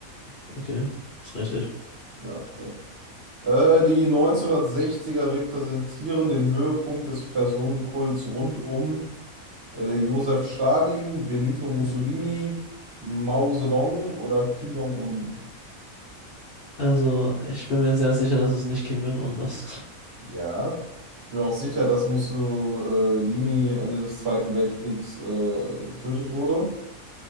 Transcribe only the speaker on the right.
Ja, okay. Äh, die neunzehnhundertsechziger repräsentieren den Höhepunkt des Personenkults rund um äh, Josef Stalin, Benito Mussolini,
Mao Zedong oder Kim Jong-un.
Ja. ich Bin mir auch sicher, dass Mussolini Ende des Zweiten Weltkriegs äh, getötet wurde.